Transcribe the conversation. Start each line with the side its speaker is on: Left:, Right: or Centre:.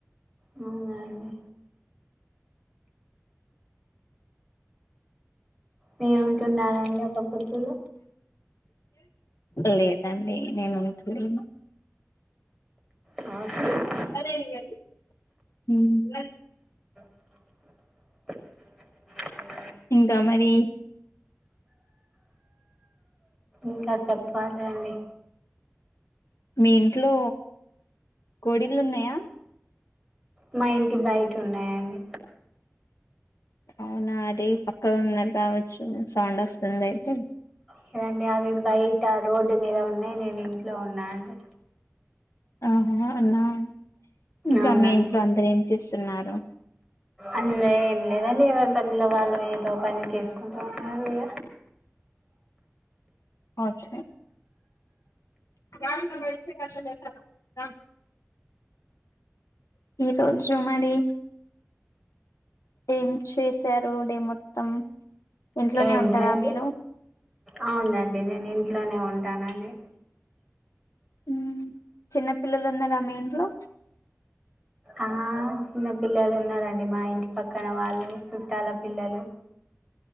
Centre: అవునా అండి మీరు ఉంటున్నారా అండి ఒక పొద్దులు
Left: లేదండి నేను ఉంటలేను
Centre: హ
Left: సరైనది హ్మ్
Centre: <inaudible>
Left: ఇంకా మరి
Centre: ఇంకా చెప్పాలి అండి
Left: మీ ఇంట్లో కోడీలు ఉన్నాయా
Centre: మా ఇంటి బయట ఉన్నాయండి
Left: అవునా అది పక్కగా ఉన్నారు కావచ్చు సౌండ్ వస్తుంది అయితే
Centre: లేదండి అవి బయట రోడ్డు మీద ఉన్నాయి నేను ఇంట్లో ఉన్నా అండి
Left: ఆహా అలా ఇంకా
Centre: అవునండి
Left: మీ ఇంట్లో అందరు ఏం చేస్తున్నారు
Centre: అంద ఏం లేదండి ఎవరి పనిలో వాళ్ళు ఏదో పని చేసుకుంటూ ఉన్నారు ఇగ
Left: అచ్చ <unintelligible> ఈ రోజు మరి ఏం చేశారు డే మొత్తం ఇంట్లోనే
Centre: ఏం
Left: ఉంటారా
Centre: లేదు
Left: మీరు
Centre: అవునండి నేను ఇంట్లోనే ఉంటానండి
Left: ఉమ్ చిన్న పిల్లలు ఉన్నారా మీ ఇంట్లో
Centre: ఆ చిన్న పిల్లలు ఉన్నారండి మా ఇంటి పక్కన వాళ్ళు చుట్టాల పిల్లలు